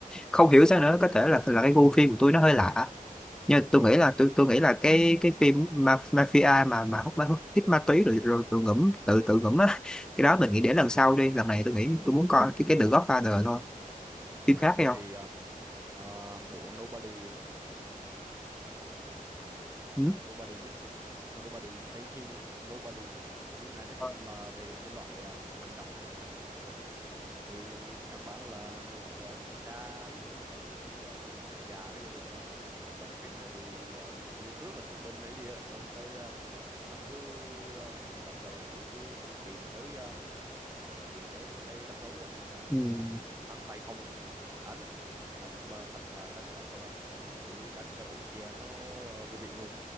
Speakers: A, in the centre; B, on the right.
A: không hiểu
B: ừ
A: sao nữa có thể là là cái gu phim của tôi nó hơi lạ nhưng tôi
B: ok
A: nghĩ là tôi tôi nghĩ là cái cái phim ma, mafia mà mà hút ma hút hít ma túy rồi rồi, rồi ngủm tự tự ngủm á <laughs> cái đó mình nghĩ để
B: ừ.
A: lần sau đi lần này tôi nghĩ tôi muốn coi
B: ok
A: cái cái The Godfather thôi
B: ok
A: phim khác
B: thế
A: hay không
B: thì um, ờ, bộ Nobody con.
A: ừ.
B: Nobody á Nobody tên phim luôn á Nobody phim này nói chung
A: Ờ,
B: là về thể loại um, hành động hành động kịch tính á thì căn bản là một um, cha kiểu sao ta kiểu um, già già có gia đình rồi á xong cái này um, hình như trước là cựu binh hay gì á xong cái uh, hắn cứ uh, hắn gọi sao ta kiểu cứ thích tìm tới ờ, gọi là tìm tới mấy cái rắc rối á xong
A: Ừ.
B: thắng tay không đánh đánh mà sạch à, đánh gọi sao ta kiểu đánh cho tụi kia nó à, vô viện luôn